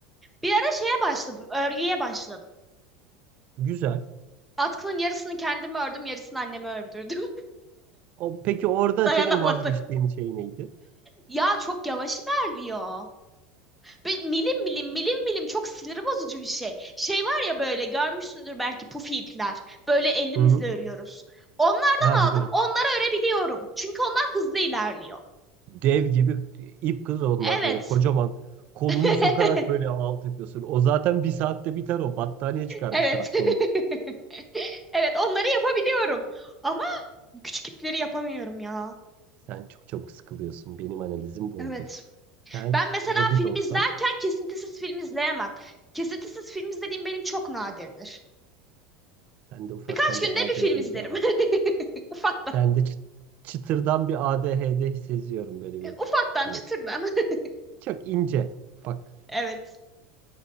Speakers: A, in the centre; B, on the right (about 50°).
A: Bir ara şeye başladım, örgüye başladım.
B: Güzel.
A: Atkının yarısını kendim ördüm, yarısını anneme ördürdüm.
B: O, peki orada
A: <laughs> Dayanamadım.
B: senin vazgeçtiğin şey neydi?
A: Ya çok yavaş ilerliyor. Bir milim milim milim milim çok sinir bozucu bir şey. Şey var ya böyle görmüşsündür belki pufi ipler. Böyle elimizle
B: Hı hı.
A: örüyoruz. Onlardan
B: Ha
A: aldım.
B: biliyorum.
A: Onları örebiliyorum. Çünkü onlar hızlı ilerliyor.
B: Dev gibi ip kız onlar
A: Evet.
B: böyle kocaman kolunu
A: <laughs>
B: sokarak böyle alt yapıyorsun. O zaten bir saatte biter o. Battaniye çıkar
A: Evet.
B: bir saatte onda.
A: <laughs> Evet, onları yapabiliyorum. Ama küçük ipleri yapamıyorum ya.
B: Sen çok çabuk sıkılıyorsun. Benim analizim bu
A: Evet.
B: oldu. Sen
A: Ben mesela
B: hobi
A: film
B: de olsa
A: izlerken kesintisiz film izleyemem. Kesintisiz film izlediğim benim çok nadirdir.
B: sende ufaktan
A: Birkaç günde
B: bir ADHD
A: bir film izlerim.
B: var.
A: <laughs> Ufaktan.
B: Sende çı- çıtırdan bir ADHD seziyorum böyle bir.
A: e, Ufaktan,
B: Hani
A: çıtırdan. <laughs>
B: çok ince. Bak.
A: Evet.